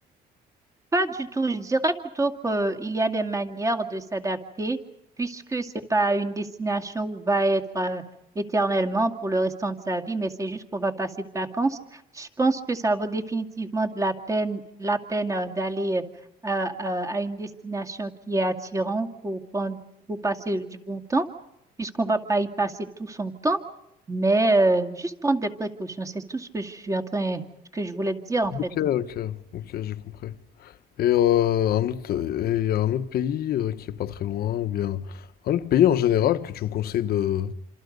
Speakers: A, on the right (about 20°); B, on the left (about 65°).
A: Pas du tout. Je dirais plutôt qu'il y a des manières de s'adapter, puisque c'est pas une destination où on va être euh, éternellement pour le restant de sa vie, mais c'est juste qu'on va passer de vacances. Je pense que ça vaut définitivement de la peine, la peine euh, d'aller euh, euh, à une destination qui est attirante pour prendre, pour passer du bon temps, puisqu'on va pas y passer tout son temps, mais euh, juste prendre des précautions. C'est tout ce que je suis en train, ce que je voulais te dire en fait.
B: Ok, ok, ok, j'ai compris. Et euh, un autre, et il y a un autre pays euh, qui est pas très loin, ou bien un autre pays en général que tu me conseilles de,